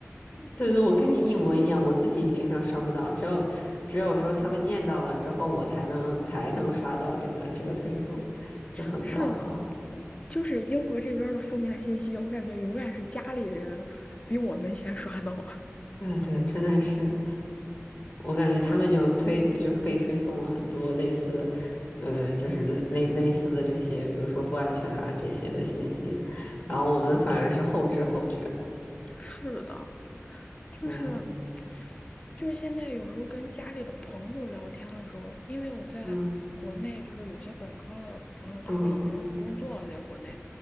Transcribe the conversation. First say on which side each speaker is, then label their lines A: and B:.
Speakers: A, on the left (about 50°); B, on the left (about 25°).
A: 对对，我跟你一模一样，我自己平常刷不到，只有只有说他们念到了之后，我才能才能刷到这个这个推送，
B: <laughs>
A: 就很搞笑。
B: 是的，就是英国这边的负面信息，我感觉永远是家里人比我们先刷到。
A: 对对，真的是，我感觉他们就推，不就是被推送了很多类似，呃，就是类类类似的这些，比如说不安全啊这些的信息，然后我们反而是后知后觉。
B: <laughs> 是的，就是
A: 嗯
B: 就是现在有时候跟家里的朋友聊天的时候，因为我在国内，
A: 嗯
B: 就是有些本科的朋友他们已经有工作了，
A: 嗯
B: 在国内，